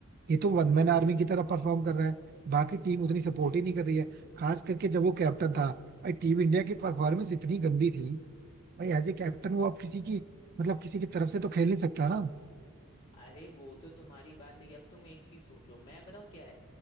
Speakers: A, on the right; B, on the left.
A: ये तो वन मैन आर्मी की तरह परफॉर्म कर रहा है बाकी टीम उतनी सपोर्ट ही नहीं कर रही है खास करके जब वो कैप्टन था भाई टीम इंडिया की परफॉर्मेंस इतनी गंदी थी भाई एज ए कैप्टन वो आप किसी की मतलब किसी की तरफ से तो खेल नहीं सकता ना
B: अरे वो तो तुम्हारी बात सही है अब तुम एक चीज सोचो मैं बताऊं क्या है